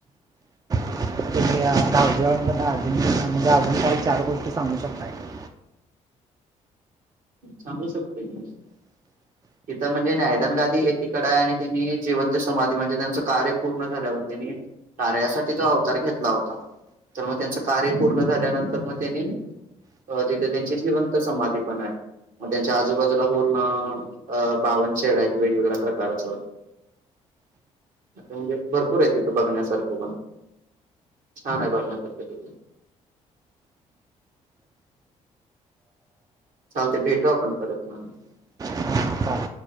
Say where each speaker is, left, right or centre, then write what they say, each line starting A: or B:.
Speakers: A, on the right; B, on the right.
A: <inaudible> दुन <unintelligible> अजून म्हणजे अजून काही चार गोष्टी सांगू शकताय. का?
B: सांगू शकतोय की तिथं म्हणजे न्यायदान गादी एकीकडे आहे आणि त्यांनी जिवंत समाधी म्हणजे त्यांचं कार्य पूर्ण झाल्यावर त्यांनी कार्यासाठी तो अवतार घेतला होता तर मग त्यांचं कार्य पूर्ण झाल्यानंतर मग त्यांनी तिथे त्यांची जिवंत समाधी पण आहे मग त्यांच्या आजूबाजूला पूर्ण अ बावन शेड आहेत वेगवेगळ्या प्रकारच आता म्हणजे भरपूर आहे तिथं बघण्यासारखं पण छान आहे बघण्यासारखं तिथे चालतय भेटू आपलं परत मग
A: हां, चालेल